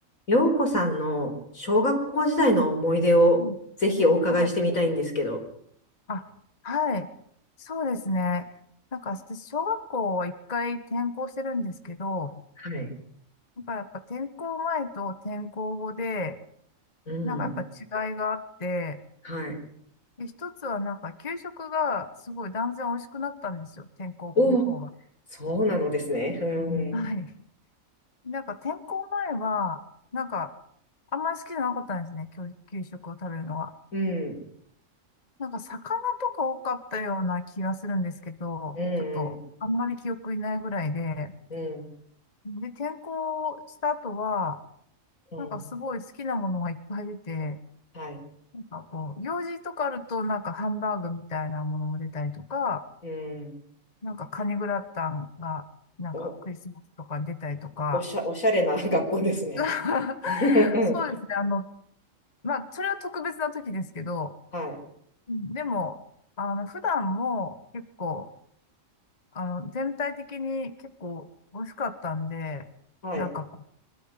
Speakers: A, on the left (about 85°); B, on the left (about 30°).
A: 洋子さんの小学校時代の思い出をぜひお伺いしてみたいんですけど。
B: うん、はい。あ、はい。そうですね。なんか、私小学校は一回転校してるんですけど、
A: はい。
B: なんかやっぱ転校前と転校後で、
A: うん。
B: なんかやっぱ違いがあって、
A: はい。
B: で、一つはなんか給食がすごい断然美味しくなったんですよ。転校後の方が。
A: おお、そうなのですね。う
B: はい。
A: う
B: なんか転校前は、なんかあんまり好きじゃなかったんですね。給給食を食べるのは。
A: ん。ん。
B: なんか魚とか多かったような気がするんですけど、
A: う
B: ちょっとあんまり記憶にないぐらいで、
A: ん。うん。う
B: で、転校した後は、
A: ん。
B: なんかすごい好きなものがいっぱい出て、
A: うん。はい。
B: なんかこう、用事とかあるとなんかハンバーグみたいなものも出たりとか、
A: うん。
B: なんかカニグラタンが、なんかクリスマスとかに出たりとか、
A: お、おしゃ、おしゃれな <laughs> 学校ですね。
B: <laughs>
A: <laughs> は
B: そうですね。あの、まあ、それは特別な時ですけど、
A: い。
B: でも、あの、普段も結構あの、全体的に結構美味しかったんで、
A: はい。
B: なんか、